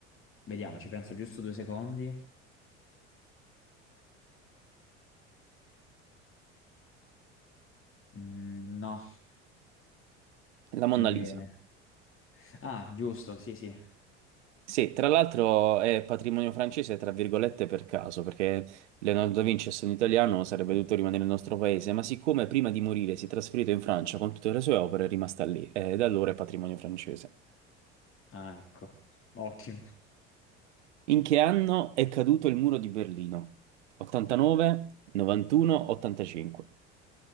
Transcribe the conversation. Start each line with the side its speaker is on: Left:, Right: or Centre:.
Left: vediamo, ci penso giusto due secondi. Eh, mm, no,
Right: La Monna
Left: non mi
Right: Lisa.
Left: viene. Ah, giusto, sì, sì.
Right: Sì, tra l'altro è patrimonio francese, tra virgolette, per caso, perché Leonardo da Vinci, essendo italiano, sarebbe dovuto rimanere nel nostro paese, ma siccome prima di morire si è trasferito in Francia con tutte le sue opere, è rimasta lì e da allora è patrimonio francese.
Left: Ah, ecco, ottimo.
Right: In che anno è caduto il muro di Berlino? 89, 91, 85.